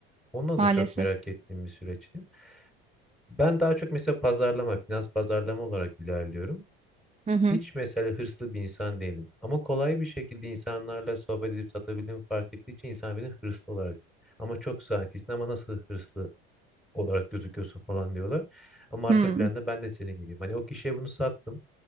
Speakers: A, in the centre; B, on the right.
A: Ondan
B: Maalesef.
A: da çok merak ettiğim bir süreçti. Ben daha çok mesela pazarlama, finans pazarlama olarak ilerliyorum.
B: Hı hı.
A: Hiç mesela hırslı bir insan değilim. Ama kolay bir şekilde insanlarla sohbet edip satabildiğimi fark ettiği için insan beni hırslı olarak ama çok sakinsin ama nasıl hırslı olarak gözüküyorsun falan diyorlar. Ama arka
B: Hı.
A: planda ben de senin gibiyim. Hani o kişiye bunu sattım.